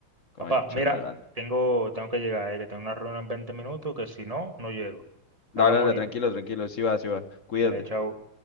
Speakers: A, on the left; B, on the right.
A: Concha
B: Papá, mira,
A: vale.
B: tengo, tengo que llegar, eh, que tengo una reunión en 20 minutos, que si no, no llego.
A: Dale,
B: Hablamos
A: dale,
B: ahorita.
A: tranquilo, tranquilo, sí va, sí va. Cuídate.
B: Dale, chao.